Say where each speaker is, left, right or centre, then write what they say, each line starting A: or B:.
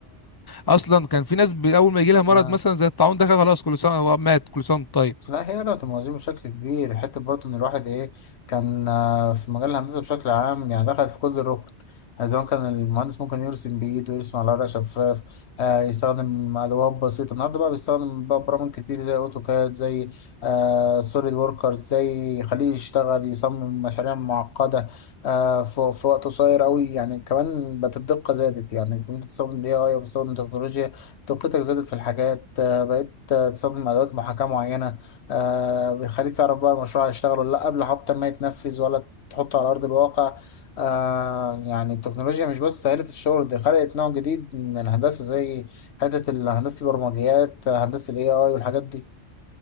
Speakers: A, on the left; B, on the left.
A: أصلا كان في ناس بي- أول ما يجي لها مرض
B: آه.
A: مثلا زي الطاعون ده كان خلاص كل سنة هو مات كل سنة وأنت طيب
B: لا هي لو تموازين بشكل كبير حتى برضه ان الواحد ايه كان آه، في مجال الهندسه بشكل عام يعني دخل في كل الركن يعني زمان كان المهندس ممكن يرسم بايده يرسم على ورقه شفاف آه يستخدم ادوات بسيطه النهارده بقى بيستخدم بقى برامج كتير زي اوتوكاد زي آه سوليد وركرز زي يخليه يشتغل يصمم مشاريع معقده آه في, في وقت قصير قوي يعني كمان بقت الدقه زادت يعني انت بتستخدم الاي اي وبتستخدم تكنولوجيا دقتك زادت في الحاجات آه بقيت آه، تستخدم ادوات محاكاه معينه آه بيخليك تعرف بقى المشروع هيشتغل ولا لا قبل حتى ما يتنفذ ولا تحطه على أرض الواقع آه يعني التكنولوجيا مش بس سهلت الشغل دي خلقت نوع جديد من الهندسة زي حتة الهندسة البرمجيات آه، هندسة ال AI والحاجات دي